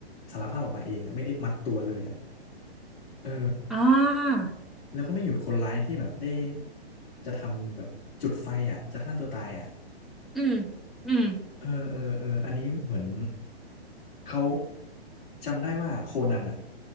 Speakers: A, on the left; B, in the centre.
A: สารภาพออกมาเองอ่ะไม่ได้มัดตัวเลยอ่ะเออ
B: อ่า
A: แล้วก็ไม่หยุดคนร้ายที่แบบได้จะทำแบบจุดไฟอ่ะจะฆ่าตัวตายอ่ะ
B: อืมอืม
A: เออเออเอออันนี้เหมือนเขาจำได้ว่าโคนันอ่ะ